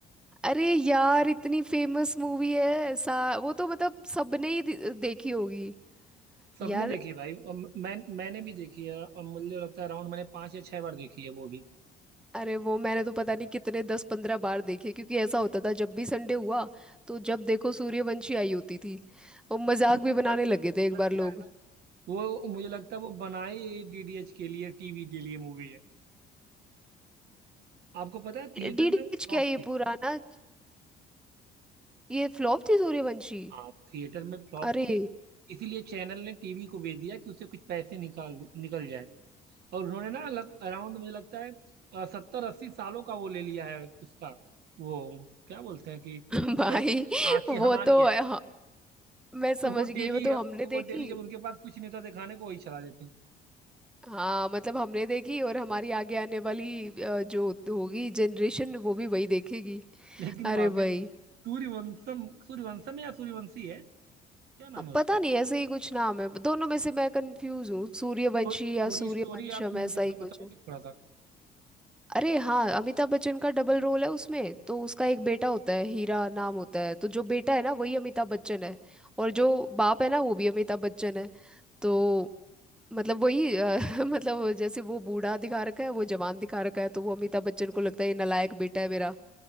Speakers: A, in the centre; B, on the right (about 70°).
A: अरे यार इतनी फेमस मूवी है सा वो तो मतलब सबने ही दे- देखी होगी
B: सबने
A: यार
B: देखी है भाई और मैं मैंने भी देखी है और मुझे लगता है अराउंड मैंने पांच या छह बार देखी है वो भी
A: अरे वो मैंने तो पता नहीं कितने दस पंद्रह बार देखे क्योंकि ऐसा होता था जब भी संडे हुआ तो जब देखो सूर्यवंशी आई होती थी और मजाक
B: सूर्यवंशी
A: भी बनाने लगे
B: तो मुझे
A: थे एक
B: लगता
A: बार लोग
B: है ना वो मुझे लगता है वो बनाई डीडीएच के लिए टीवी के लिए मूवी है आपको पता है थिएटर
A: डीडीएच
B: में ना वो फ्लॉप
A: क्या ये
B: थी
A: पुराना ये फ्लॉप थी सूर्यवंशी
B: हाँ थिएटर में फ्लॉप
A: अरे
B: थी इसीलिए चैनल ने टीवी को भेज दिया कि उससे कुछ पैसे निकाल निकल जाए और उन्होंने ना लग अराउंड मुझे लगता है सत्तर अस्सी सालों का वो ले लिया है उसका वो क्या बोलते हैं कि
A: <laughs> भाई
B: लाइक हाँ कि
A: वो
B: हमारी
A: तो
B: है
A: हाँ, मैं समझ
B: तो वो
A: गई
B: डेली
A: वो तो हमने
B: तो
A: देखी
B: वो डेली जब उनके पास कुछ नहीं होता दिखाने को वही चला देते हैं
A: हाँ मतलब हमने देखी और हमारी आगे आने वाली अ, जो होगी जनरेशन वो भी वही देखेगी
B: लेकिन वहाँ
A: अरे
B: के
A: भाई
B: भी सूर्यवंशम सूर्यवंशम है या सूर्यवंशी है क्या नाम
A: अब
B: है उसका
A: पता नहीं ऐसे ही कुछ नाम है दोनों में से मैं कंफ्यूज हूँ सूर्यवंशी
B: थो, थोड़ी
A: या सूर्यवंशम
B: स्टोरी आप मुझे
A: ऐसा
B: मतलब
A: ही कुछ
B: बताओगे
A: है
B: थोड़ा सा
A: अरे हाँ अमिताभ बच्चन का डबल रोल है उसमें तो उसका एक बेटा होता है हीरा नाम होता है तो जो बेटा है ना वही अमिताभ बच्चन है और जो बाप है ना वो भी अमिताभ बच्चन है तो मतलब वही अ, <laughs> मतलब जैसे वो बूढ़ा दिखा रखा है वो जवान दिखा रखा है तो वो अमिताभ बच्चन को लगता है ये नालायक बेटा है मेरा